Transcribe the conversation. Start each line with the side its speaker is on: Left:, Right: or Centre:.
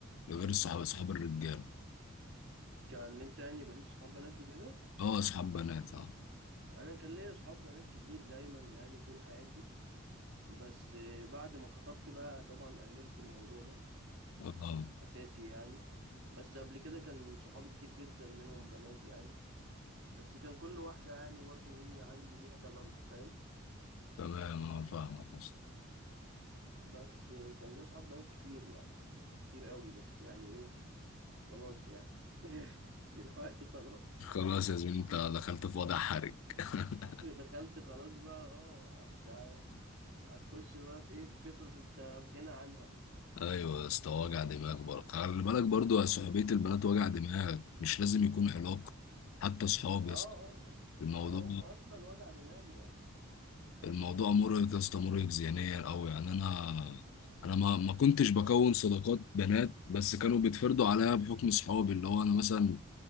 Left: غير الصحاب صحاب الرجاله
Right: كان انت يعني يبقى ليك صحاب بنات وكده
Left: اه صحاب بنات اه
Right: انا كان ليا صحاب بنات كتير دايما يعني طول حياتي بس آه، بعد ما خطبت بقى طبعا قللت الموضوع ده
Left: اه
Right: اساسي يعني بس قبل كده كان صحابي كتير جدا منهم بنات يعني بس كان كل واحدة يعني برضو ايه عندي ليها تمامها فاهم
Left: تمام اه فاهمك يا اسطى
Right: بس كان ليا صحاب بنات كتير يعني كتير قوي بس يعني ايه خلاص يعني <laughs> دلوقتي خلاص
Left: خلاص يا زميلي انت دخلت في وضع حرج <laughs>
Right: دخلت خلاص بقى اه هت- هتخش بقى في ايه في قصص انت في غنى عنها
Left: ايوه يا اسطى وجع دماغ برضه خلي بالك برضه يا صحوبيه البنات وجع دماغ مش لازم يكون علاقه حتى صحاب
Right: اه
Left: يا
Right: اه
Left: اسطى الموضوع
Right: اه اه هم اصلا وجع دماغي يعني
Left: الموضوع مرهق يا اسطى مرهق ذهنيا قوي يعني انا انا ما ما كنتش بكون صداقات بنات بس كانوا بيتفرضوا عليا بحكم صحابي اللي هو انا مثلا